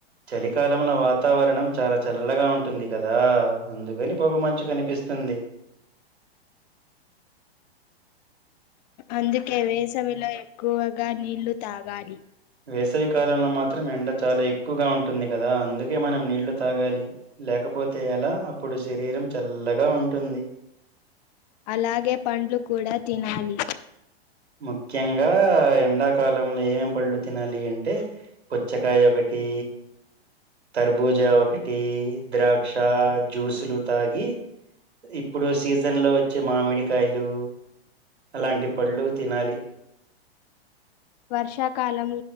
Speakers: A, on the right (about 85°); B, on the left (about 40°).
A: చలికాలంలో వాతావరణం చాలా చల్లగా ఉంటుంది కదా అందుకని పొగ మంచు కనిపిస్తుంది
B: అందుకే వేసవిలో ఎక్కువగా నీళ్లు తాగాలి
A: వేసవికాలంలో మాత్రం ఎండ చాలా ఎక్కువగా ఉం ఉంటుంది కదా అందుకే మనం నీళ్లు తాగాలి లేకపోతే అలా అప్పుడు శరీరం చల్లగా ఉంటుంది.
B: అలాగే పండ్లు కూడా తినాలి
A: ముఖ్యంగా ఎండాకాలంలో ఏమేం పళ్ళు తినాలి అంటే పుచ్చకాయ ఒకటి కర్బుజా ఒకటి ద్రాక్ష జ్యూసులు తాగి ఇప్పుడు సీజన్ లో వచ్చే మామిడి కాయలు అలాంటి పళ్డ్ళు తినాలి
B: వర్షాకాలం